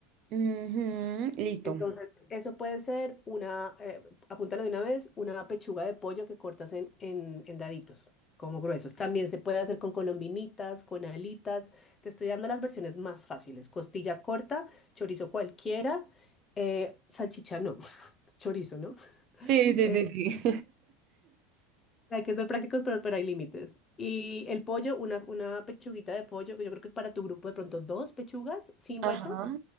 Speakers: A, on the right; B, on the left.
A: Ujú, listo.
B: Entonces, eso puede ser una, eh, apúntalo de una vez, una pechuga de pollo que cortas en, en, en daditos, como gruesos. También se puede hacer con colombinitas, con alitas. Te estoy dando las versiones más fáciles. Costilla corta, chorizo cualquiera, eh, salchicha no, <laughs> chorizo, ¿no?
A: Sí, sí,
B: Eh,
A: sí, sí.
B: hay que ser prácticos, pero, pero hay límites. Y el pollo, una, una pechuguita de pollo, yo creo que para tu grupo de pronto dos pechugas sin
A: <laughs>
B: hueso.
A: Ajá.